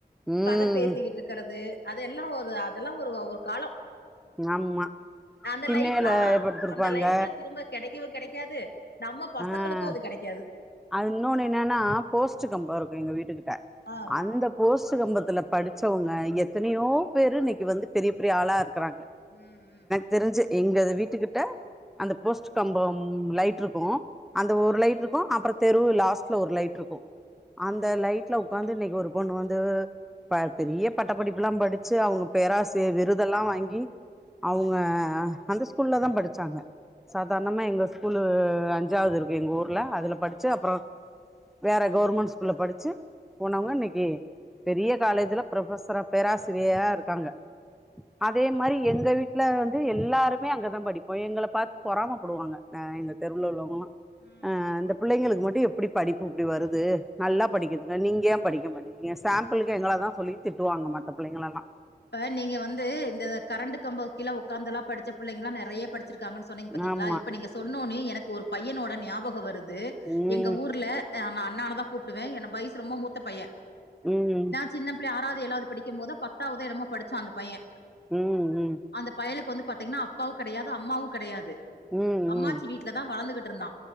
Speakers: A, in the centre; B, on the left.
A: ம்
B: கதை பேசிக்கிட்டு இருக்கறது அதெல்லா ஒரு அதெல்லா ஒரு ஒரு காலோ
A: ஆமா
B: அந்த
A: திண்ணையில
B: லைஃப்லா
A: படுத்திருப்பாங்க
B: அந்த லைஃப்லா திரும்ப கெடைக்கவு கெடைக்காது நம்ம பசங்களுக்கு
A: ஆ
B: அது கெடைக்காது
A: அது வுன்னோன்னு என்னானா போஸ்ட் கம்போ இருக்கு எங்க வீட்டு கிட்ட
B: ஆ
A: அந்த போஸ்ட்டு கம்பத்துல படுச்சவுங்க எத்தனையோ பேரு இன்னக்கி வந்து பெரிய பெரிய ஆளா இருக்கறாங்க
B: ம் ம்
A: தெருஞ்சு எங்கது வீட்டுக்கிட்ட அந்த போஸ்ட் கம்பம் லைட்ருக்கு அந்த ஒரு லைட்ருக்கு அப்பறோ தெருவு லாஸ்ட்ல ஒரு லைட்ருக்கு அந்த லைட்ல உக்காந்து இன்னக்கி ஒரு பொண்ணு வந்து ப பெரிய பட்டப்படிப்பல்லா படுச்சு அவுங்க பேராசியை விருதல்லா வாங்கி அவுங்க அந்த ஸ்கூல்ல தா படுச்சாங்க சாதாரணமா எங்க ஸ்கூல்லு அஞ் சாவது இருக்கு எங்க ஊர்ல அதுல படுச்சு அப்பறோ வேற கவுர்மண்ட் ஸ்கூல்ல படுச்சு போனவுங்க இன்னக்கி பெரிய காலேஜ்ல ப்ரொஃபசரா பேராசிரியயா இருக்காங்க அதே மாரி எங்க வீட்ல வந்து எல்லாருமே அங்கதா படிப்போ எங்கள பாத்து பொறாம படுவாங்க அ எங்க தெருவ்ல உள்ளவுங்களா
B: ம்
A: ஆ இந்த பிள்ளைங்களுக்கு மட்டு எப்டி படிப்பு இப்டி வருது நல்லா படிக்குதுங்க நீங்க ஏ படிக்க மாட் றீங்க சாம்பிளுக்கு எங்கள தா சொல்லி திட்டுவாங்க மத்த பிள்ளைங்களல்லா
B: இப்ப நீங்க வந்து இந்த கரண்ட் கம்போ கீழ உக்காந்தல்லா படுச்ச பிள்ளைங்கல்லா நெறைய படு சுருக்காங்கன் சொன்னீங்க பாத்தீங்களா
A: ஆமா
B: இப்ப நீங்க சொன்னோனே எனக்கு ஒரு பையனோட ஞாபகொ வருது
A: ம்
B: எங்க ஊர்ல நா நா அண்ணான் தா கூப்டுவே எனக் வயசு ரொம்ப மூத்த பையே
A: ம்
B: நா சின்ன பிள்ள ஆறாவது ஏழாவது படிக்கும் போதுதா பத்தாவதோ என்னமோ படுச்சா அந்த பையே
A: ம் ம்
B: அந்த பயலுக்கு வந்து பாத்தீங்கன்னா அப்பாவு கெடையாது அம்மாவு கெடையாது
A: ம் ம்
B: அம்மாச்சி வீட்ல தா வளந்துகிட்ருந்தா